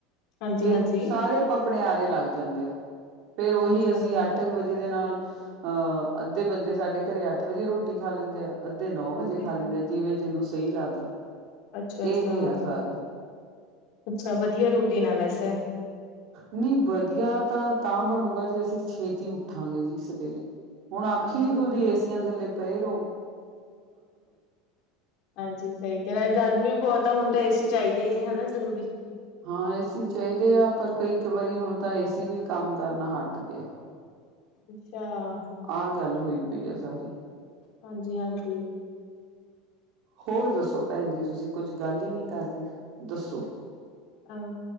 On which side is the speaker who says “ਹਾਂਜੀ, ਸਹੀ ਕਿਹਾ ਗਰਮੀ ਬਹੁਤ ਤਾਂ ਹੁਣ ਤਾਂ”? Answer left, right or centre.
Left